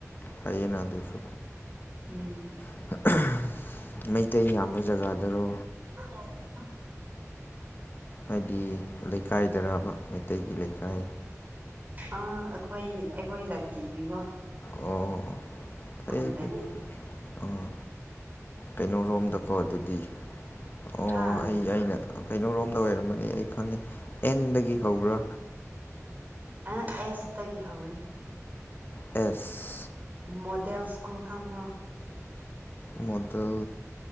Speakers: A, on the left; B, on the right.
A: ꯐꯩꯌꯦꯅ ꯑꯗꯨꯁꯨ
B: ꯎꯝ
A: <unintelligible> ꯃꯩꯇꯩ ꯌꯥꯝꯕ ꯖꯒꯥꯗꯔꯣ꯫
B: <unintelligible>
A: ꯍꯥꯏꯗꯤ ꯂꯩꯀꯥꯏꯗꯔꯥꯕ ꯃꯩꯇꯩꯒꯤ ꯂꯩꯀꯥꯏ
B: ꯑꯥ ꯑꯩꯈꯣꯏ ꯑꯩꯈꯣꯏ ꯖꯥꯇꯤꯒꯤꯀꯣ
A: ꯑꯣ ꯐꯩꯌꯦ
B: ꯈꯨꯟꯗꯅꯤ
A: ꯐꯩꯌꯦ ꯑꯣ ꯀꯩꯅꯣꯔꯣꯝꯗꯀꯣ ꯑꯗꯨꯗꯤ ꯑꯣ
B: ꯍꯥ
A: ꯑꯩ ꯑꯩꯅ ꯀꯩꯅꯣꯔꯣꯝꯗ ꯑꯣꯏꯔꯝꯃꯅꯤ ꯑꯩ ꯈꯪꯉꯦ ꯑꯦꯟꯗꯒꯤ ꯍꯧꯕ꯭ꯔꯥ꯫
B: ꯑ ꯑꯦꯁꯇꯒꯤ ꯍꯧꯋꯦ꯫
A: ꯑꯦꯁ
B: ꯃꯣꯗꯦꯜ ꯁ꯭ꯀꯨꯜ ꯈꯪꯕ꯭ꯔꯣ꯫
A: ꯃꯣꯗꯦꯜ